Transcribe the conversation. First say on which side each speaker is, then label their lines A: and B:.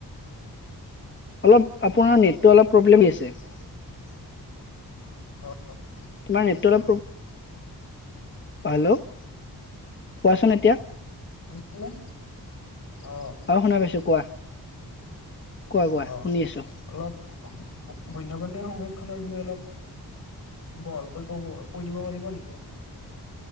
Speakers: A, on the left (about 30°); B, on the left (about 60°).
A: অলপ আপোনাৰ নেটটো অলপ প্ৰবেলেম হৈ আছে
B: হয়।
A: তোমাৰ নেটটো অলপ প্ৰব্লেম, হেল্ল' কোৱাচোন এতিয়া,
B: শুনিছানে অ'
A: শুনা পাইছো কোৱা কোৱা কোৱা
B: অ' অলপ
A: শুনি আছো
B: বন্যপ্ৰাণীৰ সংৰক্ষণৰ বিষয়ে অলপ বহলকৈ কব কৈ দিব পাৰিব নেকি?